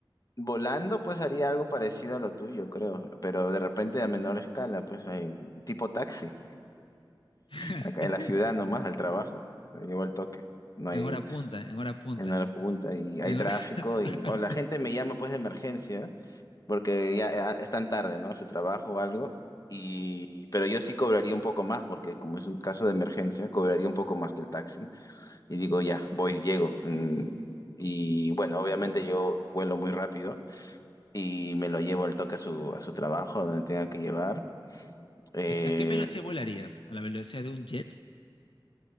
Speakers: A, on the left; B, on the left.
A: volando pues haría algo parecido a lo tuyo, creo, pero de repente a menor escala, pues hay tipo taxi,
B: <laughs>
A: acá en la ciudad nomás al trabajo, llevo el toque, no hay
B: En hora punta, en hora punta.
A: en la
B: sí.
A: punta y hay
B: En
A: tráfico
B: hora- <laughs>
A: y o la gente me llama pues de emergencia porque ya ya están tarde, ¿no? a Su trabajo o algo y pero yo sí cobraría un poco más porque como es un caso de emergencia, cobraría un poco más que el taxi y digo, ya, voy, llego. Mm, Y bueno, obviamente yo vuelo muy rápido y me lo llevo al toque a su, a su trabajo, donde tenga que llevar. Eh,
B: ¿A, a qué velocidad volarías? ¿A la velocidad de un jet?